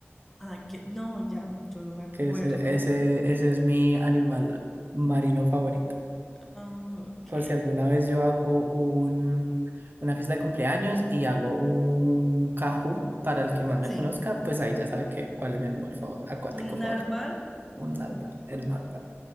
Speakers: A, in the centre; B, on the right.
A: Ah, que no, ya, yo no me acuerdo.
B: que ese, ese, ese es mi animal marino favorito.
A: Ah, ok.
B: Por si alguna vez yo hago un, una fiesta de cumpleaños y hago un Kahoot para el que más me
A: Sí.
B: conozca, pues ahí ya sabe que, cuál es mi animal favor, acuático
A: ¿Un
B: favorito,
A: narval?
B: un narval, el narval.